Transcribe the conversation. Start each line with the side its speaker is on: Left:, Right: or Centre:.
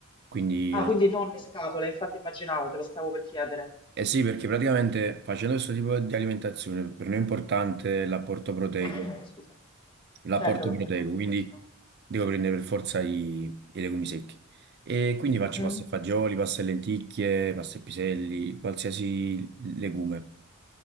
Right: quindi
Left: Ah,
Right: no,
Left: quindi non in scatola, infatti immaginavo, te lo stavo per chiedere.
Right: Eh sì, perché praticamente facendo questo tipo di alimentazione per noi è importante l'apporto proteico,
Left: <coughs> Scusa.
Right: l'apporto
Left: Certo, che è
Right: proteico,
Left: importante,
Right: quindi
Left: immagino.
Right: devo prendere per forza i, i legumi secchi. E quindi faccio
Left: Mhm,
Right: pasta e fagioli, pasta e lenticchie, pasta e piselli, qualsiasi legume.